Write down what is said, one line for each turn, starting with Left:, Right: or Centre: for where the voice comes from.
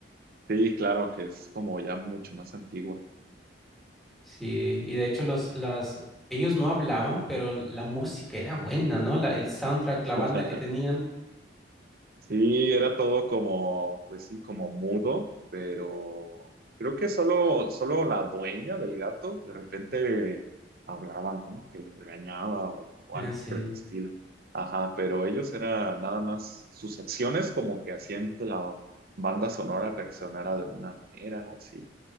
Right: Sí, claro, que es como ya mucho más antigua.
Centre: Sí, y de hecho los, las, ellos no hablaban, pero la música era buena, ¿no? La, el soundtrack,
Right: <laughs>
Centre: la banda que tenían.
Right: Sí, era todo como, pues sí, como mudo, pero creo que solo, solo la dueña del gato de repente hablaba, ¿no? Que lo regañaba o, o
Centre: Ah,
Right: algo
Centre: sí.
Right: por el estilo. Ajá, pero ellos era nada más sus acciones como que hacían que la banda sonora reaccionara de una manera o así.